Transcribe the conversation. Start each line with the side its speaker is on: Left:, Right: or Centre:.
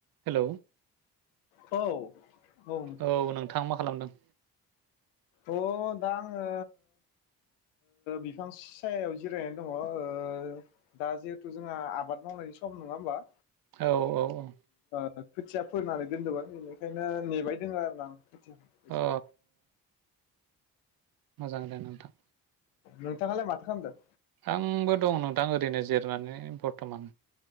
Right: हेल'
Left: औ नोंथां
Right: औ नोंथाङा मा खालामदों?
Left: अ दा आङो बिफां सायायाव जिरायनानै दङ दा जिहेथु जोंहा आबाद मावनायनि सम नङा होमबा
Right: औ औ औ
Left: खोथिया फोनानै दोनदोंमोन बेनिखायनो नेबाय दङ आरोना आं आतसा बेदिसो
Right: औ
Left: <inaudible>
Right: मोजांदे नोंथां
Left: नोंथांआलाय माथो खामदो
Right: आंबो दं नोंथां ओरैनो जिरायनानै बर्थ'मान